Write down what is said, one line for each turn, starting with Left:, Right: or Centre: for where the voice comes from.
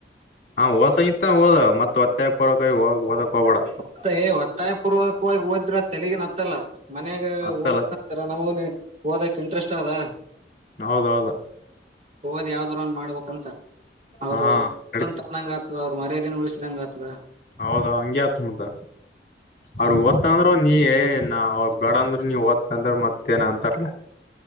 Left: ಹಾ ಓದಸ್ತತ್ಸಂಗಿತ್ ಆದ ಮತ್ತ್ <unintelligible> ಹೋಗಓದಕ್ ಹೋಗಬೇಡ
Right: ಮತ್ತ್ ಏ ಒತ್ತಾಯ ಪೂರ್ವಕವಾಗಿ ಓದ್ರ ಅದ್ ತಲಿಗ್ ಏನ್ ಹತ್ತಲ್ಲ ಮನ್ಯಾಗ
Left: ಹತ್ತಲ್ಲ
Right: ಓದ ಈ ತರ ನಮಗೂ ಏನ್ <unintelligible> ಓದಾಕ್ ಇಂಟ್ರೆಸ್ಟ್ ಅದಾ
Left: ಹೌದೌದ.
Right: ಓದಿ ಯಾವ್ದ್ರ ಒಂದ ಮಾಡ್ಬೇಕಂತ್ ಅವರು
Left: ಹಾ
Right: <unintelligible>
Left: ನಡೀತ
Right: ಆಗ್ತದ ಅವ್ರ ಮರ್ಯಾದೇನು ಉಳಿಸಿದಂಗ್ ಆಗ್ತದ.
Left: ಹೌದೊ ಹಂಗೆ ಆಯ್ತದ ಮತ್ ಅವ್ರ
Right: ಹ್ಮ್
Left: ಓದ್ತಾನ ಅಂದ್ರ ನೀ ಏನ ಅವ್ರ ಬೆಡಾ ಅಂದ್ರ ನೀ ಓದ್ತ ಅಂದ್ರ ಮತ್ತೇ ಏನ ಅಂತಾರಲ್ಲಾ